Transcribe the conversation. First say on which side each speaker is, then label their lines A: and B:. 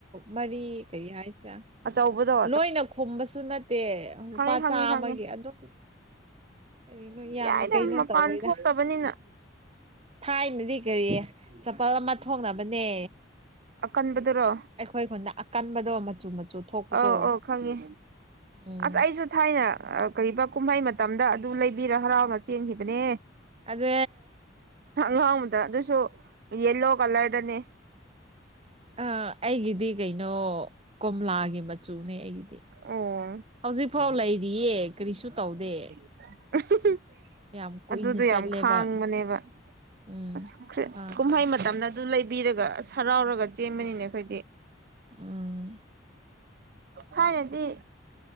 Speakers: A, on the right; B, on the right.
A: ꯃꯔꯤ ꯀꯔꯤ ꯍꯥꯏꯁꯤꯔꯥ
B: ꯑꯆꯧꯕꯗ‌ꯣ
A: ꯂꯣꯏꯅ ꯈꯣꯨꯝꯕꯁꯨ ꯅꯠꯇꯦ ꯂꯨꯄꯥ
B: ꯈꯪꯉꯦ ꯈꯪꯉꯦ
A: ꯆꯥꯃꯒꯤ
B: ꯈꯪꯉꯦ
A: ꯑꯗꯨꯝ ꯀꯅꯣ ꯌꯥꯝꯅ
B: ꯌꯥꯏꯗ
A: ꯀꯩꯅꯣ
B: ꯃꯄꯥꯟ
A: ꯇꯧꯋ‌ꯦꯗ
B: ꯊꯣꯛꯇꯕꯅꯤꯅ
A: ꯊꯥꯏꯅꯗꯤ ꯀꯔꯤ ꯆꯄꯜ ꯑꯃ ꯊꯣꯛꯅꯕꯅꯦ
B: ꯀꯟꯕꯗꯨꯔꯣ
A: ꯑꯩꯈꯣꯏ ꯈꯨꯟꯗ ꯑꯀꯟꯕꯗꯣ ꯃꯆꯨ ꯃꯆꯨ ꯊꯣꯛꯄꯗꯣ
B: ꯑ‌ꯣ ꯑ‌‌ꯣ ꯈꯪꯉꯦ
A: ꯎꯝ
B: ꯑꯁ ꯑꯩꯖꯨ ꯊꯥꯏꯅ ꯀꯔꯤꯕ ꯀꯨꯝꯍꯩ ꯃꯇꯝꯗ ꯑꯗꯨ ꯂꯩꯕꯤꯔ ꯍꯔꯥꯎꯔ ꯆꯦꯟꯈꯤꯕꯅꯦ
A: ꯑꯗꯨ
B: ꯑꯍꯥꯡꯕꯗ ꯑꯗꯨꯁꯨ ꯌꯦꯂꯣ ꯀꯂꯔꯗꯅꯦ
A: ꯑ ꯑꯩꯒꯤꯗꯤ ꯀꯩꯅꯣ ꯀꯣꯝꯂꯥꯒꯤ ꯃꯆꯨꯅꯦ ꯑꯩꯒꯤ
B: ꯑꯣ
A: ꯍꯧꯖꯤꯛꯐꯥꯎ ꯂꯩꯔꯤꯌꯦ ꯀꯔꯤꯁꯨ ꯇꯧꯗꯦ
B: <unintelligible>
A: ꯌꯥꯝ ꯀꯨꯏꯅ
B: ꯑꯗꯨꯗꯣ
A: ꯆꯠꯂꯦꯕ
B: ꯌꯥꯝ ꯈꯥꯡꯕꯅꯦꯕ
A: ꯎꯝ
B: ꯑ
A: ꯈꯥꯡ
B: ꯀꯨꯝꯍꯩ ꯃꯇꯝꯅ ꯑꯗꯨ ꯂꯩꯕꯤꯔꯒ ꯑꯁ ꯍꯔꯥꯎꯔꯒ ꯆꯦꯟꯕꯅꯤꯅꯦ ꯑꯩꯈꯣꯏꯗꯤ
A: ꯎꯝ
B: ꯊꯥꯏꯅꯗꯤ